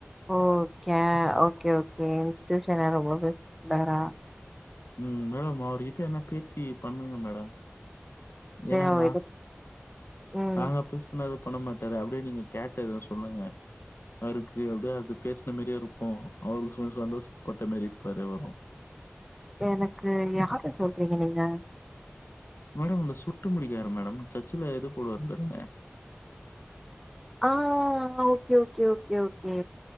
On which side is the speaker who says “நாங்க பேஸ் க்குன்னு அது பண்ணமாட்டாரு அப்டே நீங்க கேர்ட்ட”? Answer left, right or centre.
Left